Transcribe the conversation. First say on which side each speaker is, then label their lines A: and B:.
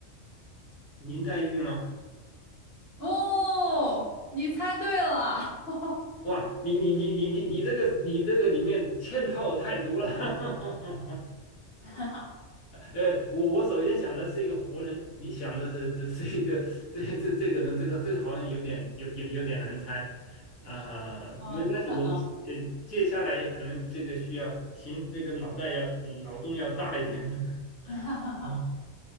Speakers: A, on the left (about 90°); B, on the left (about 50°).
A: 林黛玉吗？
B: 哦，你猜对了，<laughs>
A: 哇，你你你你你你这个你这个里面嵌套太多了，<laughs>
B: 哈哈，
A: 呃，我我首先想的是一个活人，你想的是这是一个这这这个人，这个这个好像有点有有有点难猜啊、
B: 嗯，
A: 没关系，
B: 有可能，
A: 我们呃接下来可能这个需要行，这个脑袋要嗯脑洞要大一点，
B: <laughs> 哈哈哈，
A: <laughs>